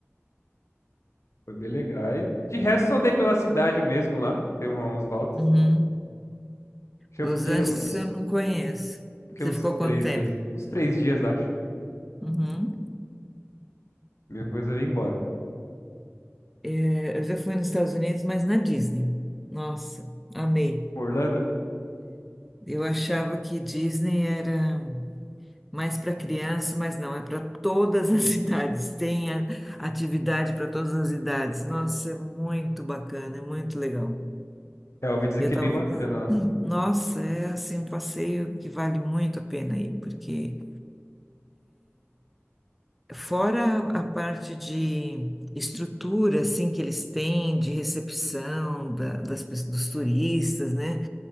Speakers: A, on the left (about 80°); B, in the centre.
A: foi bem legal. E de resto, só dei pela cidade mesmo lá, dei umas voltas.
B: Uhum.
A: Acho que
B: Los
A: eu fiquei
B: Angeles
A: uns,
B: eu não conheço.
A: fiquei
B: Você
A: uns
B: ficou quanto
A: três
B: tempo?
A: dias, uns três dias, acho.
B: Uhum.
A: Depois eu vim embora.
B: É, eu já fui nos Estados Unidos, mas na Disney. Nossa, amei.
A: Orlando,
B: Eu achava que Disney era mais para criança, mas não, é para todas as <laughs> idades. Tem a- atividade para todas as idades. Nossa, é muito bacana, é muito legal.
A: é, eu ouvi dizer
B: Eu
A: que
B: tava,
A: é bem bacana lá.
B: <clears throat> nossa, é assim um passeio que vale muito a pena ir, porque Fora a parte de estrutura, assim, que eles têm de recepção da- das, pe- dos turistas, né?